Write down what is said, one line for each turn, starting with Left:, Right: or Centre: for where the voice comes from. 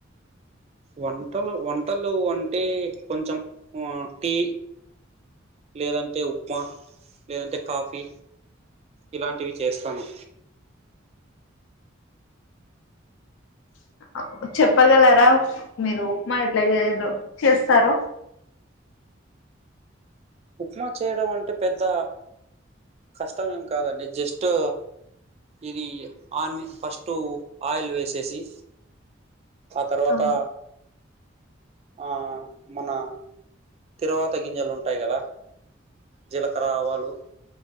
Right: వంటలు వంటలు అంటే కొంచెం ఆ టీ లేదంటే ఉప్మా లేదంటే కాఫీ ఇలాంటివి చేస్తాను
Left: <inaudible> చెప్పగలరాా మీరు ఉప్మా ఎట్లా ఏదో చేస్తారో <inaudible>
Right: ఉప్మా చేయడం అంటే పెద్ద కష్టమేమి కాదండి జస్టు ఇదీ ఆని ఫస్టూ ఆయిల్ వేసేసి ఆ తర్వాతా
Left: అవును
Right: ఆ మనా తిరువాత గింజలుంటాయి గదా జీలకర ఆవాలు